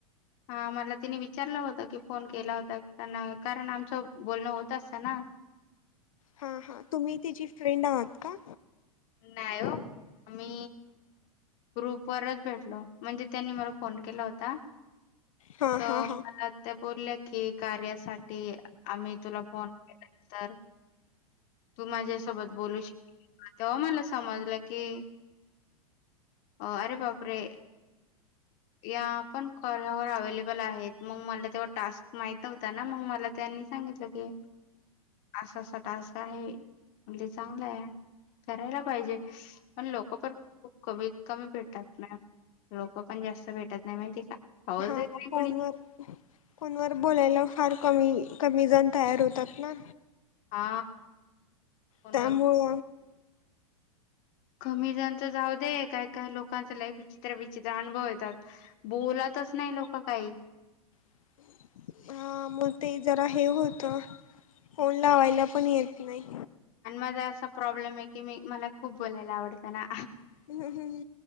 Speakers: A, on the left; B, on the left.
A: हा मला तिने विचारलं होत की फोन केला होता ना कारण आमचं बोलणं होत असत ना
B: हा हा तुम्ही तीची फ्रेंड आहात का?
A: नाही हो मी ग्रुप वरच भेटलो म्हणजे त्यांनी म फोन केला होता
B: हा
A: तर
B: हा हा
A: म बोललं की कार्यासाठी आम्ही तुला फोन केला तर तू माझ्यासोबत बोलू शक तेव्हा मला समजलं की हो अरे बापरे या पण कार्यावर अवेलेबल आहेत मग मला तेव्हा टास्क माहित न्हता ना मग मला त्यांनी सांगितलं की असा असा टास्क आहे म्हणजे चांगला आहे करायला पाहिजे पण लोक पण खूप कमी, कमी, भेटातात ना लोक पण जास्त भेटत नाही माहिती का? आवाज
B: हा
A: देत नाही
B: फोनवर
A: कोणी
B: फोनवर बोलायला फार कमी कमीजण तयार होतात ना
A: हा फोनवर
B: त्यामुळ.
A: कमी जणच जाऊ दे, काय काय लोकांच ला विचित्र, विचित्र, अनुभव येतात बोलात तस नाही लोक काही
B: <inaudible> ह मग ते जरा हे होत फोन लावायला पण येत नाही
A: आणि माझा असा प्रॉब्लेम आहे की मी मला खूप बोलायला आवडत ना
B: हूं हूं!